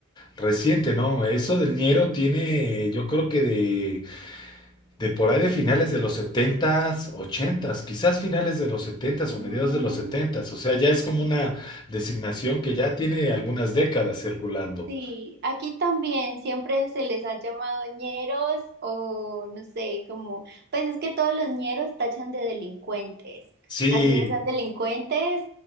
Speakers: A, on the left; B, on the right.
A: reciente, no, eso del ñero tiene, yo creo que de de por ahí de finales de los setentas ochentas quizás finales de los setentas
B: Mm,
A: o mediados de los setentas o sea, ya es como una designación que ya tiene algunas décadas circulando.
B: sí, aquí también siempre se les ha llamado ñeros o no sé, como, pues es que todos los ñeros tachan de delincuentes.
A: Sí,
B: Así no sean delincuentes,